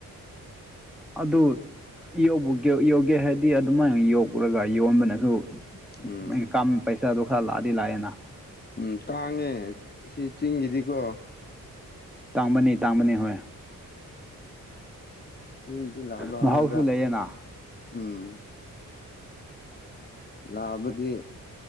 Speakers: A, in the centre; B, on the left.
A: ꯑꯗꯨ ꯌꯣꯛꯕꯨꯒꯦ ꯌꯧꯒꯦ ꯍꯥꯢꯔꯗꯤ ꯑꯗꯨꯃꯥꯢ ꯌꯣꯛꯔꯒ ꯌꯣꯟꯕꯅꯖꯨ
B: ꯎꯝ
A: ꯕꯥꯢꯀꯝ ꯄꯩꯁꯥꯗꯣ ꯈꯔ ꯂꯥꯛꯑꯗꯤ ꯂꯥꯛꯑꯦꯅꯥ
B: ꯎꯝ ꯇꯥꯡꯉꯦ ꯁꯤ ꯆꯤꯡꯒꯤꯗꯤꯀꯣ
A: ꯇꯥꯡꯕꯅꯤ ꯇꯥꯡꯕꯅꯤ ꯍꯣꯏ
B: ꯆꯤꯡꯗꯤ ꯂꯥꯕ
A: ꯃꯍꯥꯎꯁꯨ
B: ꯑꯃꯗ
A: ꯂꯩꯌꯦꯅ
B: ꯎꯝ ꯂꯥꯕꯗꯤ